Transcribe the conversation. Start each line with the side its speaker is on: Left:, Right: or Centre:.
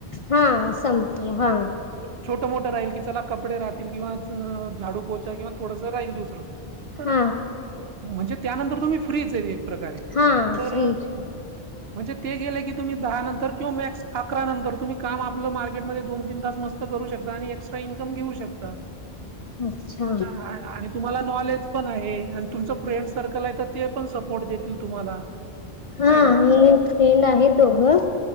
Left: हा संपतो हा
Right: छोट मोठं राहील की चला कपडे राहतील किंवा झाडू पोचा किंवा थोडंसं राहील दुसरं तर
Left: हा
Right: म्हणजे त्यानंतर तुम्ही फ्रीच येईल एक प्रकारे
Left: हा
Right: तर
Left: फ्री
Right: अं, म्हणजे ते गेले की तुम्ही दहा नंतर किंवा मॅक्स अकरा नंतर तुम्ही काम आपलं मार्केटमध्ये दोन तीन तास नस करू शकता आणि एक्स्ट्रा इनकम घेऊ शकता.
Left: अच्छा
Right: ह आणि तुम्हाला नॉलेज पण आहे आणि तुमच फ्रेंड सर्कल आहे ते पण कोट देतील तुम्हाला.
Left: हा
Right: नाही का
Left: हे एक फ्रेंड आहे दोघं